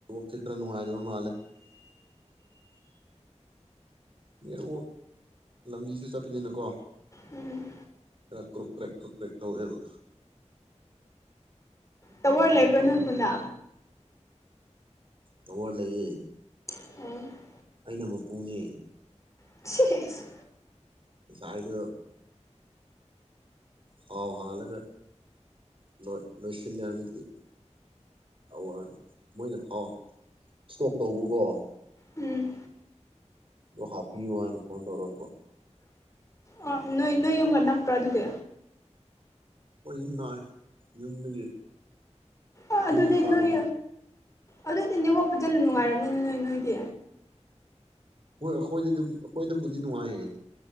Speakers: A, on the right; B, on the left.
A: ꯁꯤ ꯈꯔ ꯅꯨꯡꯉꯥꯏꯗꯨꯕ ꯃꯥꯜꯂꯦ ꯅꯦꯔꯣ ꯂꯝꯕꯤꯁꯨ ꯆꯠꯄꯅꯤꯅꯀꯣ
B: ꯎꯝ
A: ꯀ ꯀ꯭ꯔꯥꯀ꯭ꯔꯨꯛ ꯀ꯭ꯔꯦꯛꯀ꯭ꯔꯨꯛ ꯀ꯭ꯔꯦꯛ ꯇꯧꯋꯦꯕ꯫
B: ꯇꯥꯋꯔ ꯂꯩꯕ꯭ꯔꯥ ꯅꯣꯏ ꯈꯨꯟꯗꯥ꯫
A: ꯇꯥꯋꯔ ꯂꯩꯌꯦ꯫
B: <unintelligible>
A: ꯑꯩꯅ ꯃꯄꯨꯅꯦ
B: <unintelligible>
A: ꯅꯥꯁꯥꯏꯗꯨ ꯊꯥꯎ ꯍꯥꯜꯂꯒ ꯅꯣꯏ ꯂꯣꯏꯁꯤꯟꯅꯕꯒꯤ ꯑꯋꯥ ꯃꯣꯏꯅ ꯊꯥꯎ ꯏꯁꯇꯣꯛ ꯇꯧꯕꯀꯣ
B: ꯎꯝ
A: ꯑꯗꯨ ꯍꯥꯞꯄꯤꯌꯣ ꯍꯥꯏꯅ ꯐꯣꯟ ꯇꯧꯔꯛꯄ
B: ꯑꯣ ꯅꯣꯏ ꯅꯣꯏ ꯌꯨꯝꯒ ꯅꯛꯄ꯭ꯔꯥ ꯑꯗꯨꯗꯤ
A: ꯍꯣꯏ ꯌꯨꯝꯅꯥꯏ ꯌꯨꯝꯗꯒꯤ
B: ꯑꯥ ꯑꯗꯨꯗꯤ
A: ꯌꯨꯝ ꯃꯈꯥꯗꯅꯦ
B: ꯅꯣꯏ ꯑꯗꯨꯗꯤ ꯅꯦꯠꯋꯥꯛ ꯐꯖꯅ ꯅꯨꯡꯉꯥꯏꯔꯝꯅꯤꯅ ꯅꯣꯏ ꯅꯣꯏꯗꯤ
A: ꯍꯣꯏ ꯑꯩꯈꯣꯏꯗꯗꯤꯕꯨ ꯑꯩꯈꯣꯏꯗꯕꯨꯗꯤ ꯅꯨꯡꯉꯥꯏꯌꯦ